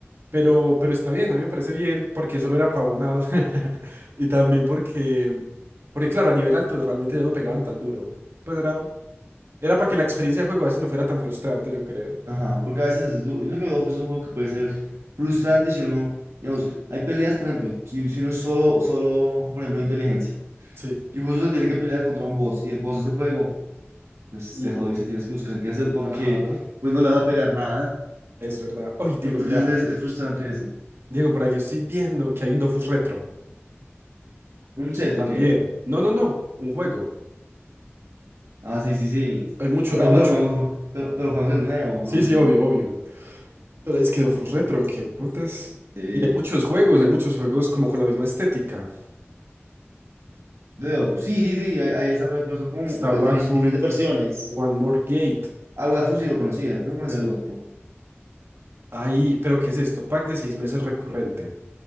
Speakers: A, on the right; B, on the right.
A: Pero, pero está bien, a mí me parece bien porque solo era pavonado. <laughs> Y también porque, porque claro, a nivel alto realmente ya no pegaban tan duro. Pues era, era para que la experiencia de juego a veces no fuera tan frustrante, yo creo.
B: Ajá. Porque a veces es du- yo lo que veo pues, es un juego que puede ser frustrante si uno, digamos,
A: Sí.
B: hay peleas, por ejemplo, si, si uno es solo, solo, por ejemplo, de inteligencia.
A: Sí.
B: Y justo se tiene que pelear contra un boss. Y el boss es de fuego. Pues
A: Ujú.
B: te jodiste, tienes que buscar qué hacer porque
A: Ajá,
B: pues no le vas a pegar nada.
A: es verdad. Oye, Diego,
B: Entonces
A: mira.
B: es, es frustrante eso.
A: Diego, por aquí estoy viendo que hay un Dofus Retro.
B: Un set,
A: También.
B: ok.
A: No, no, no, un juego.
B: Ah, sí, sí, sí.
A: Hay mucho,
B: No,
A: hay
B: no,
A: mucho.
B: pero jugamos, ju- pero, pero jugamos el nuevo,
A: Sí,
B: jugamos
A: sí,
B: el nuevo,
A: obvio,
B: jugamos
A: obvio.
B: el nuevo.
A: Pero es que Dofus Retro, qué putas.
B: Sí.
A: Y hay muchos juegos, hay muchos juegos como con la misma estética.
B: De Dofus. Sí, sí, sí, hay, hay esas, pero pero son como
A: Está
B: ve-
A: Wakfu.
B: difer- diferentes versiones.
A: One More Gate.
B: Agua de sí lo conocía, tú no conoces
A: Sí.
B: Agua
A: Ahí, pero ¿qué es esto? Pack de seis meses recurrente.